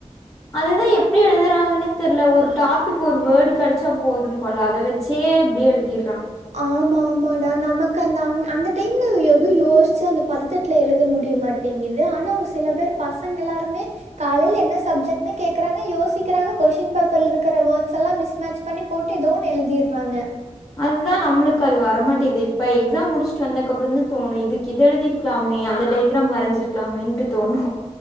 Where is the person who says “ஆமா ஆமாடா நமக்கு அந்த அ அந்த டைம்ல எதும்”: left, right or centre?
Right